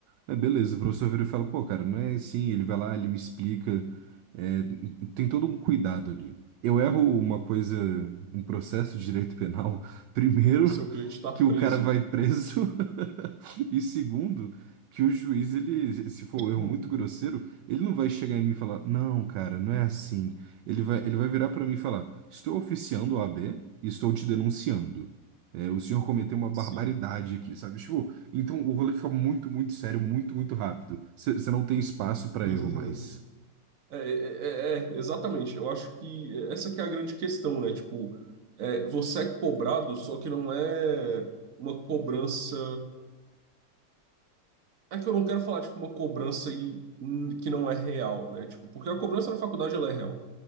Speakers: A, on the right; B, on the right.
A: é beleza, o professor vira e fala, pô, cara, não é assim, ele vai lá, ele me explica, é, tem todo um cuidado ali. Eu erro uma coisa, um processo de direito penal, <laughs> primeiro
B: o seu cliente tá
A: que
B: preso.
A: o cara vai preso, <laughs> E segundo, que o juiz, ele, se for um erro
B: Hum.
A: muito grosseiro, ele não vai chegar em mim e falar, não, cara, não é assim. Ele vai, ele vai virar pra mim e falar, estou oficiando a OAB e estou te denunciando. É, o senhor cometeu uma barbaridade
B: Sim.
A: aqui, sabe? Tipo, então o rolê fica muito, muito sério, muito, muito rápido. Você não tem espaço
B: <laughs>
A: pra erro mais.
B: É, é, é, é, exatamente. Eu acho que essa que é a grande questão, né? Tipo, é, você é cobrado, só que não é uma cobrança é que eu não quero falar, tipo, uma cobrança e, hum, que não é real, né? Tipo, porque a cobrança na faculdade, ela é real.